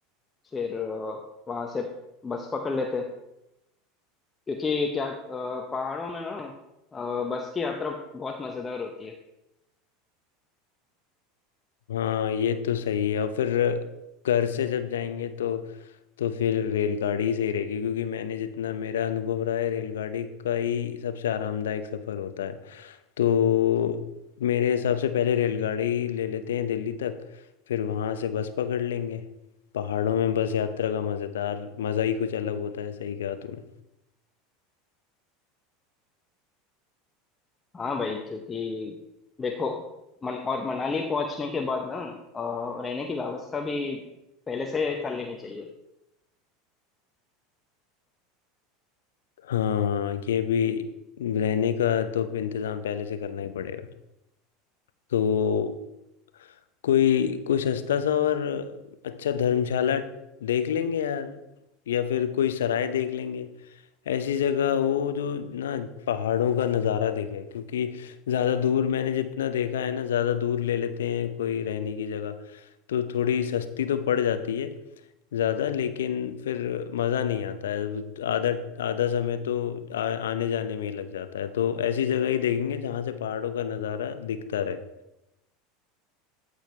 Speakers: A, on the left; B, on the left.
A: फिर वहां से बस पकड़ लेते हैं क्योंकि क्या अ, पहाड़ों में ना अ, बस की यात्रा बहुत मजेदार होती है
B: हाँ ये तो सही है और फिर घर से जब जाएंगे तो तो फिर रेलगाड़ी सही रहेगी क्योंकि मैंने जितना मेरा अनुभव रहा है रेलगाड़ी का ही सबसे आरामदायक सफ़र होता है तो मेरे हिसाब से पहले रेलगाड़ी ले लेते हैं दिल्ली तक फिर वहाँ से बस पकड़ लेंगे पहाड़ों में बस यात्रा का मज़ेदार मज़ा ही कुछ अलग होता है सही कहा तूने
A: हाँ भाई क्योंकि देखो मन और मनाली पहुंचने के बाद ना अ, रहने की व्यवस्था भी पहले से कर लेनी चाहिए
B: हाँ ये भी रहने का तो इंतज़ाम पहले से करना ही पड़ेगा तो कोई कोई सस्ता सा और अच्छा धर्मशाला देख लेंगे यार या फिर कोई सराय देख लेंगे ऐसी जगह हो जो ना पहाड़ों का नज़ारा देखे क्योंकि ज़्यादा दूर मैंने जितना देखा है ना ज़्यादा दूर ले लेते हैं कोई रहने की जगह तो थोड़ी सस्ती तो पड़ जाती है ज़्यादा लेकिन फिर मज़ा नहीं आता है आधा आधा समय तो आ, आने जाने में ही लग जाता है तो ऐसी जगह ही देखेंगे जहाँ से पहाड़ों का नज़ारा दिखता रहे